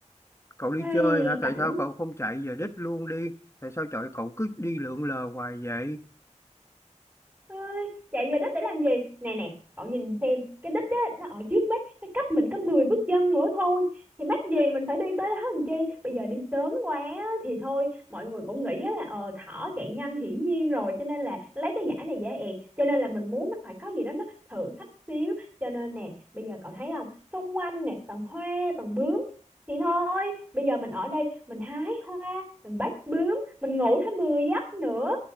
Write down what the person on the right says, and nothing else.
Ê,
cảnh
Ôi, chạy về đích để làm gì nè nè cậu nhìn xem cái đích đó nó ở trước mắt nó cách mình có 10 bước chân nữa thôi thì mắc gì mình phải đi tới đó làm chi bây giờ đi sớm quá á, thì thôi mọi người cũng nghĩ á là ờ thỏ chạy nhanh hiển nhiên rồi cho nên là lấy cái giải này dễ ẹt cho nên là mình muốn nó phải có gì đó nó thử thách xíu cho nên nè bây giờ cậu thấy không xung quanh nè toàn hoa toàn bướm thì thôi bây giờ mình ở đây mình hái hoa mình bắt bướm mình ngủ thêm 10 giấc nữa